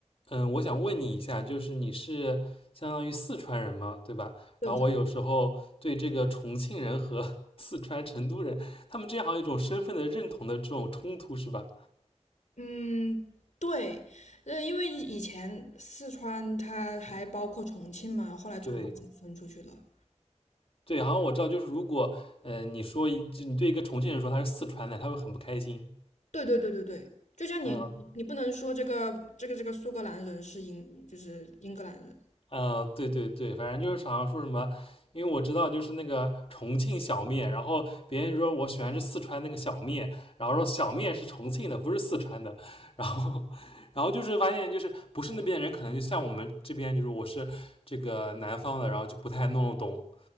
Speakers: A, on the left; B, on the left.
A: 嗯，我想问你一下，就是你是相当于四川人嘛，对吧？
B: 有，
A: 然后我有时候对这个重庆人和 <laughs> 四川成都人，他们之间好像有一种身份的认同的这种冲突，是吧？
B: 嗯，对，呃，因为以以前四川它还包括重庆嘛，后来重庆才分出去了。
A: 对对，好像我知道，就是如果呃你说一就你对一个重庆人说他是四川的，他会很不开心。
B: 对对对对对，就像你你你不能说这个这个这个苏格兰人是英就是英格兰人，
A: 嗯，啊、对对对，反正就是好像说什么，因为我知道就是那个重庆小面，然后别人说我喜欢吃四川那个小面，然后说小面是重庆的，不是四川的，然后然后就是发现就是不是那边的人，可能就像我们这边就是我是这个南方的，然后就不太弄得懂